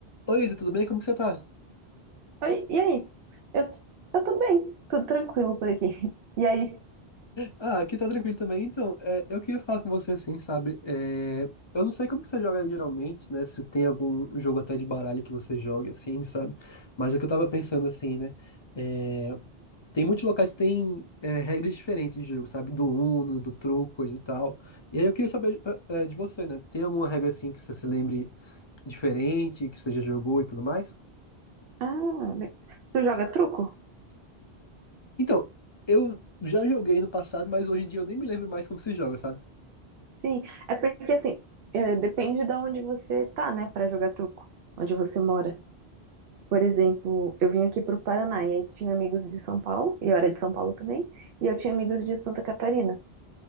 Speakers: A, on the left; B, on the right.
A: Oi, Isa, tudo bem? Como que você tá?
B: Oi, e aí? Eu, eu tô bem, tudo tranquilo por aqui. <laughs> E aí?
A: Ah, aqui tá tranquilo também. Então, é, eu queria falar com você assim, sabe? É, eu não sei como que você joga geralmente, né? Se tem algum jogo até de baralho que você joga, assim, sabe? Mas é que eu tava pensando assim, né? É, tem muitos locais que tem é, regras diferentes de jogo, sabe? Do Uno, do truco, coisa e tal. E aí eu queria saber pra- é, de você, né? Tem alguma regra assim que você se lembre diferente, que você já jogou e tudo mais?
B: Ah, le- tu joga truco?
A: Então, eu já joguei no passado, mas hoje em dia eu nem me lembro mais como se joga, sabe?
B: Sim, é porque assim, é, depende de onde você tá, né, pra jogar truco, onde você mora. Por exemplo, eu vim aqui pro Paraná e aí tinha amigos de São Paulo, e eu era de São Paulo também, e eu tinha amigos de Santa Catarina.